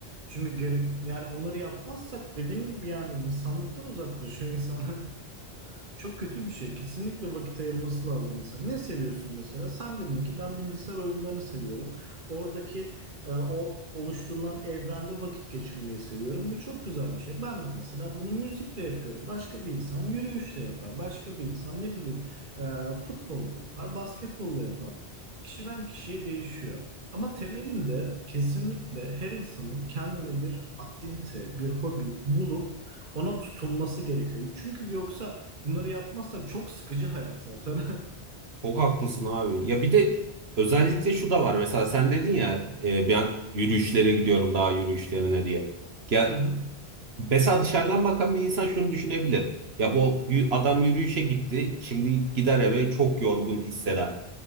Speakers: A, on the right; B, on the right.
A: Çünkü gerek yani onları yapmazsak dediğim gibi yani insanlıktan uzaklaşıyor insan. <laughs> Çok kötü bir şey. Kesinlikle vakit ayırması lazım insan. Ne seviyorsun mesela? Sen dedin ki ben bilgisayar oyunlarını seviyorum. Oradaki e, o oluşturulan evrende vakit geçirmeyi seviyorum. Bu çok güzel bir şey. Ben de mesela bunu müzikle yapıyorum. Başka bir insan yürüyüşle yapar. Başka bir insan ne bileyim e, futbolla yapar, basketbolla yapar. Kişiden kişiye değişiyor. Ama temelinde kesinlikle her insanın kendine bir aktivite, bir hobi bulup ona tutunması gerekiyor. Çünkü yoksa Bunları yapmazsak çok sıkıcı hayat zaten. <laughs>
B: Çok haklısın abi. Ya bir de özellikle şu da var. Mesela sen dedin ya e, ben yürüyüşlere gidiyorum daha yürüyüşlerine diye. Ya
A: Hı hı.
B: Mesela dışarıdan bakan bir insan şunu düşünebilir. Ya bu yü- adam yürüyüşe gitti, şimdi gider eve çok yorgun hisseder.